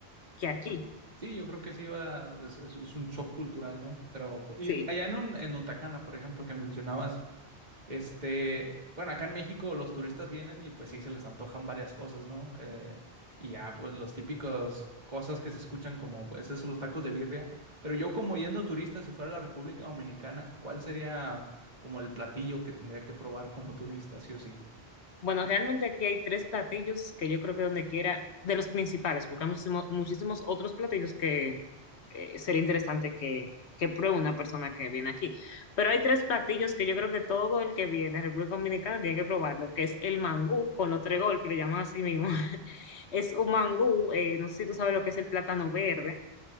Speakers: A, on the left; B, on the right.
A: que aquí.
B: sí, yo creo que sí va, es, es- es un shock cultural, ¿no? Pero pu- y
A: Sí.
B: y allá en, Un- en Untacana, por ejemplo, que mencionabas, Este, bueno, acá en México los turistas vienen y pues sí se les antojan varias cosas, ¿no? Eh, y ya, pues los típicos cosas que se escuchan como, pues eso, los tacos de birria. Pero yo como yendo turista, si fuera a la República Dominicana, ¿cuál sería como el platillo que tendría que probar como turista, sí o sí?
A: Bueno, realmente aquí hay tres platillos que yo creo que donde quiera, de los principales, porque hay muchísimo- muchísimos otros platillos que eh, sería interesante que, que pruebe una persona que viene aquí. Pero hay tres platillos que yo creo que todo el que viene a República Dominicana tiene que probarlo, que es el mangú con los tres golpes, le llaman así mismo. <laughs> Es un mangú, eh, no sé si tú sabes lo que es el plátano verde